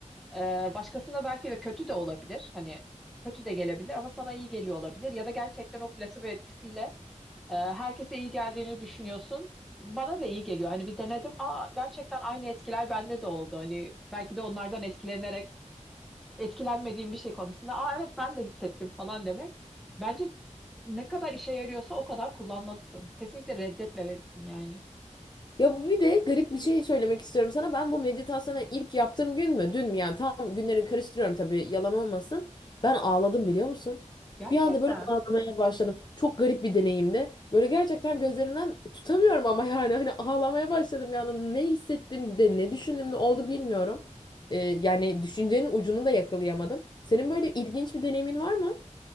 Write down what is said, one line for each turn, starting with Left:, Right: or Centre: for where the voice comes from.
Centre: Ee, başkasına belki de kötü de olabilir. Hani kötü de gelebilir ama sana iyi geliyor olabilir. Ya da gerçekten o plasebo etkisiyle e, herkese iyi geldiğini düşünüyorsun. Bana da iyi geliyor. Hani bir denedim. Aa, gerçekten aynı etkiler bende de oldu. Hani belki de onlardan etkilenerek etkilenmediğim bir şey konusunda. Aa evet ben de hissettim falan demek. Bence ne kadar işe yarıyorsa o kadar kullanmalısın. Kesinlikle reddetmemelisin yani.
Left: Ya bu bir de garip bir şey söylemek istiyorum sana. Ben bu meditasyonu ilk yaptığım gün mü, dün mü yani tam günleri karıştırıyorum tabii yalan olmasın. Ben ağladım biliyor musun?
Centre: Gerçekten.
Left: Bir anda böyle ağlamaya başladım. Çok garip bir deneyimdi. Böyle gerçekten gözlerimden tutamıyorum ama yani hani ağlamaya başladım yani ne hissettim de ne düşündüm de oldu bilmiyorum e, yani düşüncenin ucunu da yakalayamadım. Senin böyle ilginç bir deneyimin var mı?